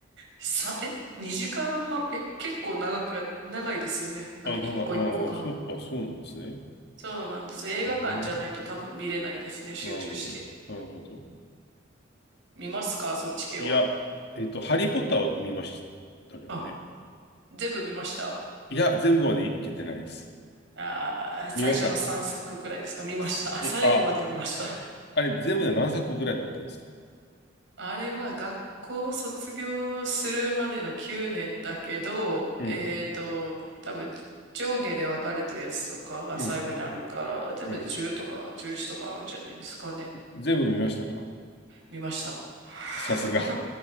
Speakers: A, on the right; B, on the left.
A: さ、え ?2 時間半、え結構長くや、長いですよね。あれ、
B: あ、なんか、
A: 一個一個が。
B: ああ、そう、あ、そうなんですね。
A: そうなんです。映画館じゃないと多分見れないですね。
B: うん。
A: 集中して。
B: なるほど。なるほど。
A: 見ますかそっち系は。
B: いや、えっと、ハリー・ポッターを見ましたけどね。
A: あ、全部見ました
B: いや、全部までいけてないです。
A: あー、最初の3作くくらいですか見ました。
B: 見ました。すうん、
A: 最後まで見ました。
B: あ、あれ、全部で何作ぐらいになってるんですか
A: あれは学校卒業するまでの9年だけど、
B: うん、
A: えっと、多分上下で分かれてるやつとかが最後にあるから、
B: うん、
A: 多分で10とか11とかあるんじゃないですかね。
B: うん。全部見ましたか
A: 見ました。<laughs>
B: さすが。